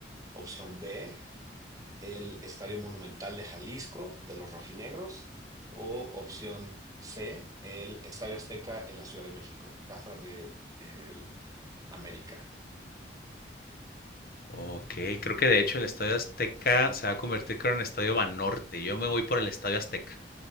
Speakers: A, on the right; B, on the left.
A: Opción B, el Estadio Monumental de Jalisco de los Rojinegros. O opción C, el Estadio Azteca en la Ciudad de México, casa de el América.
B: Ok, creo que de hecho el Estadio Azteca se va a convertir creo, en el Estadio Banorte. Yo me voy por el Estadio Azteca.